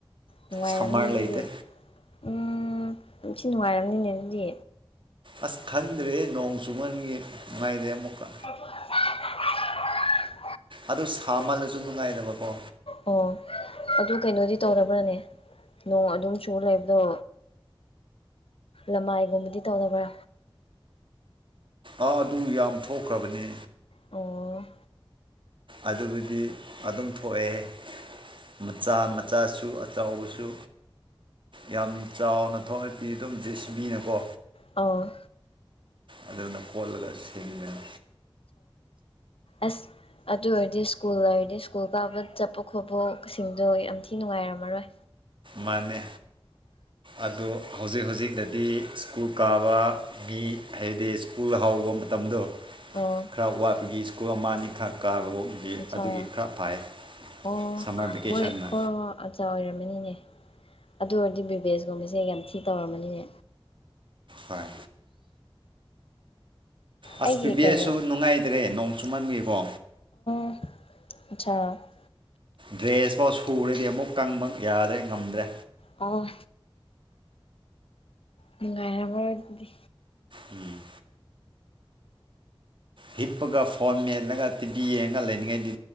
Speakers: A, on the left; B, on the right.
A: ꯅꯨꯡꯉꯥꯏꯔꯝꯅꯤ
B: ꯁꯝꯃꯔ
A: ꯑꯗꯨꯗꯤ
B: ꯂꯩꯇꯦ
A: ꯎꯝ ꯊꯤ ꯅꯨꯡꯉꯥꯏꯔꯝꯅꯤꯅꯦ ꯑꯗꯨꯗꯤ
B: ꯑꯁ ꯈꯟꯗ꯭ꯔꯦꯍꯦ ꯅꯣꯡ ꯆꯨꯃꯟꯕꯒꯤ ꯅꯨꯡꯉꯥꯏꯗꯦ ꯑꯃꯨꯛꯀ
A: <unintelligible>
B: ꯑꯗꯨ ꯁꯥꯃꯜꯂꯁꯨ ꯅꯨꯡꯉꯥꯏꯗꯕꯀꯣ
A: ꯑꯣ ꯑꯗꯨ ꯀꯩꯅꯣꯗꯤ ꯇꯧꯔꯕ꯭ꯔꯅꯦ ꯅꯣꯡ ꯑꯗꯨꯝ ꯆꯨꯔꯥ ꯂꯩꯕꯗꯣ ꯌꯥꯝ ꯅꯥꯒꯟꯕꯗꯤ ꯇꯧꯗꯕ꯭ꯔꯥ
B: ꯑꯥ ꯑꯗꯨ ꯌꯥꯝ ꯊꯣꯛꯈ꯭ꯔꯕꯅꯤ
A: ꯑꯣ
B: ꯑꯗꯨꯕꯨꯗꯤ ꯑꯗꯨꯝ ꯊꯣꯛꯑꯦ ꯃꯆꯥ ꯃꯆꯥꯁꯨ ꯑꯆꯧꯕꯁꯨ ꯌꯥꯝ ꯆꯥꯎꯅ ꯊꯣꯛꯑꯗꯤ ꯑꯗꯨꯝ ꯖꯦꯁꯤꯕꯤꯅꯀꯣ
A: ꯑꯣ
B: ꯑꯗꯨꯅ ꯀꯣꯠꯂꯒ ꯁꯦꯡꯕꯅꯤ
A: ꯑꯁ ꯑꯗꯨ ꯑꯣꯏꯔꯗꯤ ꯁ꯭ꯀꯨꯜ ꯑꯣꯏꯔꯗꯤ ꯁ꯭ꯀꯨꯜ ꯀꯥꯕ ꯆꯠꯄ ꯈꯣꯠꯄꯁꯤꯡꯗꯣ ꯌꯥꯝ ꯊꯤ ꯅꯨꯡꯉꯥꯏꯔꯝꯃꯔꯣꯏ
B: ꯃꯥꯥꯅꯦ ꯑꯗꯣ ꯍꯧꯖꯤꯛ ꯍꯧꯖꯤꯛꯗꯗꯤ ꯁ꯭ꯀꯨꯜ ꯀꯥꯕ ꯒꯤ ꯍꯥꯏꯕꯗꯤ ꯁ꯭ꯀꯨꯜ ꯍꯧꯕ ꯃꯇꯝꯗꯣ
A: <unintelligible>
B: ꯈꯔ ꯋꯥꯠꯄꯒꯤ ꯁ꯭ꯀꯨꯜ ꯑꯃ ꯑꯅꯤ ꯈꯛ ꯒꯤ
A: ꯑꯠꯆꯥ
B: ꯑꯗꯨꯒꯤ ꯈꯔ ꯐꯥꯏꯌꯦ
A: ꯑꯣ
B: ꯁꯝꯃꯔ ꯚꯦꯀꯦꯁꯟꯅ
A: ꯃꯣꯏ ꯍꯣꯏ ꯍꯣꯏ ꯑꯣꯏꯔꯝꯃꯅꯤꯅꯦ ꯑꯗꯨ ꯑꯣꯏꯔꯗꯤ ꯕꯤꯕꯦꯁꯀꯨꯝꯕꯁꯦ ꯌꯥꯝ ꯊꯤ ꯇꯧꯔꯝꯃꯅꯤꯅꯦ
B: ꯍꯣꯏ ꯑꯁ
A: ꯑꯩꯒꯤ
B: ꯄꯤꯕꯤꯑꯦꯁꯨ
A: ꯀꯩꯅꯣ
B: ꯅꯨꯡꯉꯥꯏꯗ꯭ꯔꯦ ꯅꯣꯡ ꯆꯨꯃꯟꯕꯒꯤꯀꯣ
A: <unintelligible>
B: ꯗ꯭ꯔꯦꯁꯐꯥꯎ ꯁꯨꯔꯗꯤ ꯑꯃꯨꯛ ꯀꯪꯕ ꯌꯥꯗ꯭ꯔꯦ ꯉꯝꯗ꯭ꯔꯦ
A: ꯑꯣ ꯅꯨꯡꯉꯥꯏꯔꯝꯃꯔꯣꯏ ꯑꯗꯨꯗꯤ
B: ꯎꯝ ꯍꯤꯞꯄꯒ ꯐꯣꯟ ꯃꯦꯠꯂꯒ ꯇꯤꯚꯤ ꯌꯦꯡꯉꯒ ꯂꯩꯅꯤꯉꯥꯏꯗꯤ